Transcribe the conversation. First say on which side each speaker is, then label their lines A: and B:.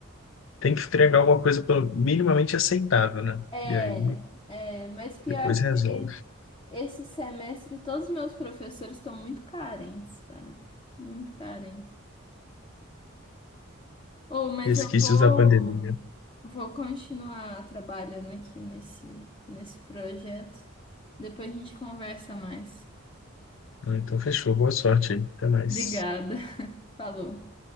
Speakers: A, on the left; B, on the left.
A: tem que entregar alguma coisa pelo minimamente aceitável, né?
B: É,
A: E aí
B: é, mas pior
A: depois resolve.
B: que esse semestre todos os meus professores estão muito carentes, cara. Muito carentes. Oh, mas
A: Resquícios
B: eu vou,
A: da pandemia.
B: vou continuar trabalhando aqui nesse, nesse projeto. Depois a gente conversa mais.
A: Ah, Então, fechou. Boa sorte aí. Até mais.
B: Obrigada. <laughs> Falou.